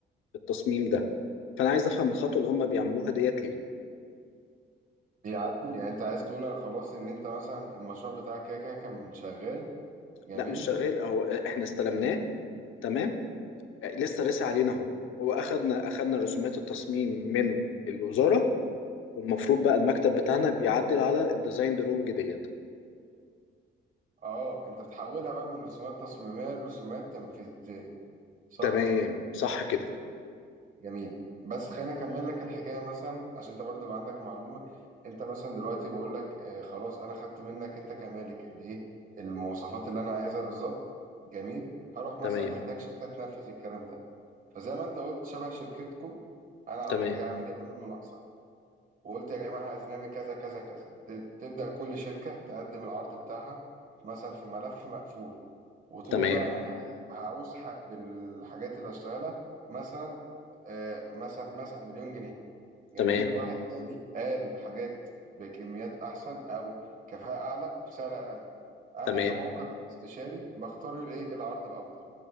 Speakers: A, on the left; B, on the right.
A: التصميم ده فانا عايز افهم الخطوه اللي هم بيعملوها ديت ليه
B: بيعدل يعني انت عايز تقول انا خلاص ان انت مثلا المشروع بتاعك كده كده كان شغال جميل
A: لا مش شغال اهو احنا استلمناه تمام لسه رسي علينا اهو هو اخدنا اخدنا رسومات التصميم من الوزاره والمفروض بقى المكتب بتاعنا بيعدل على الديزاين درونج ديت
B: اه انت بتحولها بقى من رسومات تصميمية لرسومات تنفيذية صح
A: تمام صح كده
B: جميل بس خليني اكمل لك الحكاية مثلا عشان انت برضو يبقى عندك معلومة انت مثلا دلوقتي بقول لك آه خلاص انا خدت منك انت كمالك الايه المواصفات اللي انا عايزها بالظبط جميل هروح مثلا
A: تمام
B: محتاج شركة تنفذ الكلام ده فزي ما انت قلت شبه شركتكم انا
A: تمام
B: رحت جاي اعمل ايه اعمل مناقصة وقلت يا جماعة عايزين نعمل كذا كذا كذا ت- تبدأ كل شركة تقدم العرض بتاعها مثلا في ملف مقفول وتقول
A: تمام
B: والله أنا هع- هعوز ح- بالحاجات اللي هشتغلها مثلا آه، مثلا مثلا مليون جنيه جميل
A: تمام
B: واحد تاني قال حاجات بكميات أحسن أو كفاءة أعلى وبسعر أقل أنا
A: تمام
B: كموقع استشاري بختار الإيه العرض الأفضل